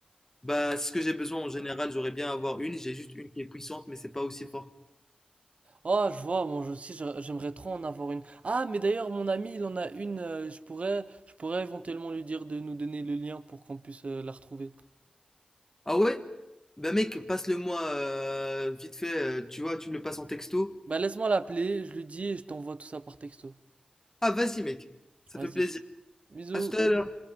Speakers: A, on the left; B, on the right.
A: Bah, c'est ce que j'ai besoin en général, j'aurais bien à avoir une, j'ai juste une qui est puissante mais c'est pas aussi fort.
B: Oh, je vois, moi aussi j'a- j'aimerais trop en avoir une. Ah, mais d'ailleurs mon ami, il en a une, euh, je pourrais je pourrais éventuellement lui dire de nous donner le lien pour qu'on puisse euh, la retrouver.
A: Ah ouais? Bah mec, passe-le-moi euh, vite fait, euh, tu vois, tu me le passes en texto.
B: Bah laisse-moi l'appeler, je lui dis et je t'envoie tout ça par texto.
A: Ah vas-y mec, ça
B: Vas-y.
A: fait plaisir.
B: Bisous.
A: À tout à l'heure.